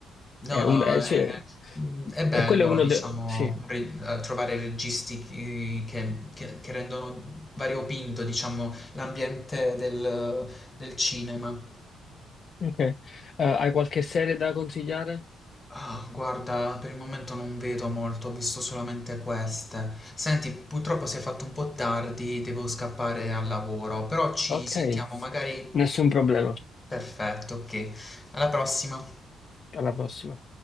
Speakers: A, on the left (about 25°); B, on the left (about 50°).
A: No,
B: è un,
A: no,
B: è- cioè,
A: è, mm, è bello,
B: e quello è uno
A: diciamo,
B: dei, sì,
A: re- eh, trovare registi eh, che, che- che rendono variopinto, diciamo, l'ambiente del del cinema.
B: ok, Eh, hai qualche serie da consigliare?
A: Ah, guarda, per il momento non vedo molto, ho visto solamente queste. Senti, purtroppo si è fatto un po' tardi, devo scappare al lavoro, però ci
B: Ok,
A: sentiamo magari...
B: nessun problema,
A: Perfetto, ok. Alla prossima.
B: alla prossima.